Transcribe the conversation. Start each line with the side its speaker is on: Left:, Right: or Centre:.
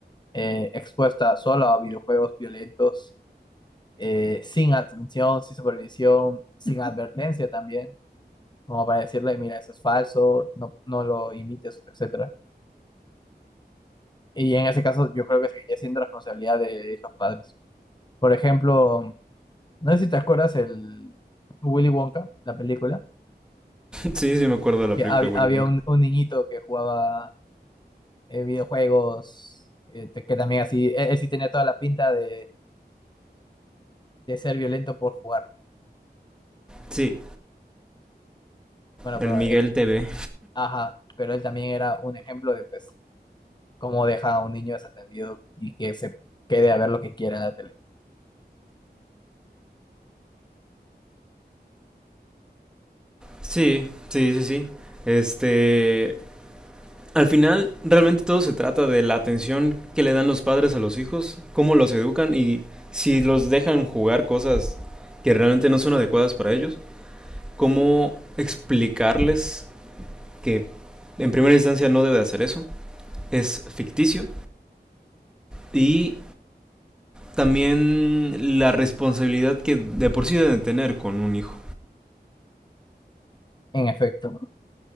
Left: eh, expuesta solo a videojuegos violentos, eh, sin atención, sin supervisión, sin advertencia también, como para decirle, mira, eso es falso, no, no lo imites, etcétera. Y en ese caso yo creo que seguiría siendo responsabilidad de los padres. Por ejemplo, no sé si te acuerdas el Willy Wonka, la película.
Centre: Sí, sí me acuerdo de la
Left: que
Centre: película
Left: hab-
Centre: de Willy
Left: había
Centre: Wonka.
Left: un, un niñito que jugaba eh, videojuegos, eh, te- que también así, él, él sí tenía toda la pinta de, de ser violento por jugar.
Centre: Sí,
Left: Bueno,
Centre: el
Left: pero
Centre: Miguel
Left: él-
Centre: TV.
Left: ajá, pero él también era un ejemplo de pues cómo deja a un niño desatendido y que se quede a ver lo que quiera en la tele.
Centre: Sí, sí, sí, sí. Este, al final realmente todo se trata de la atención que le dan los padres a los hijos, cómo los educan y si los dejan jugar cosas que realmente no son adecuadas para ellos, cómo explicarles que en primera instancia no debe hacer eso, es ficticio y también la responsabilidad que de por sí deben tener con un hijo.
Left: En efecto.